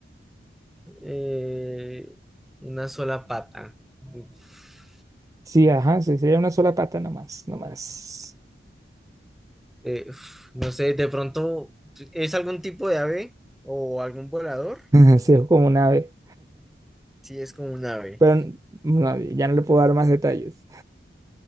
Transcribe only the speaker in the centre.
eh, una sola pata. Uf,
eh, uf, no sé, de pronto, ¿es algún tipo de ave o algún volador?
Sí, es como un ave.